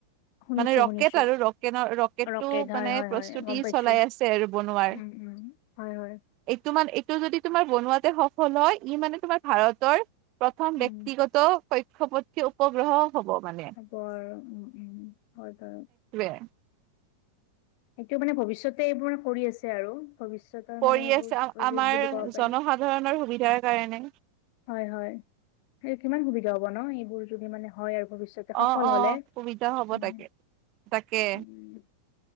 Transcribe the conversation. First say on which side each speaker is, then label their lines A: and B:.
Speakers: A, on the left; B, on the right.
A: শুনিছো
B: মানে ৰকেট
A: শুনিছো
B: আৰু ৰকেট ৰকেটটো
A: ৰকেট
B: মানে
A: হয় হয়
B: প্ৰস্তুতি
A: হয় গম পাইছো
B: চলাই আছে আৰু বনোৱাৰ।
A: উম উম, হয়, হয়।
B: এইটো মানে এইটো যদি তোমাৰ বনোৱা সফল হয় ই মানে তোমাৰ ভাৰতৰ প্ৰথম
A: উম
B: ব্যক্তিগত কক্ষপথীয় উপগ্ৰহ হব মানে
A: ৰপৰ উ উম হয়তাৰ <unintelligible>
B: <inaudible>
A: সেইটো মানে ভৱিষ্যতে এইবোৰে কৰি আছে আৰু। ভৱিষ্যতৰ
B: কৰি
A: মানে এইবোৰ
B: আছে
A: প্ৰজেক্ট
B: আমাৰ
A: বুলি ক'ব
B: জনসাধাৰণৰ
A: পাৰি।
B: সুবিধাৰ কাৰণে
A: হয়, হয় কিমান সুবিধা হ'ব ন, এইবোৰ যদি মানে হয় আৰু। ভৱিষ্যতে সফল
B: অ-অ
A: হ'লে
B: সুবিধা হ'ব
A: উম,
B: তাকে, তাকে।
A: উম,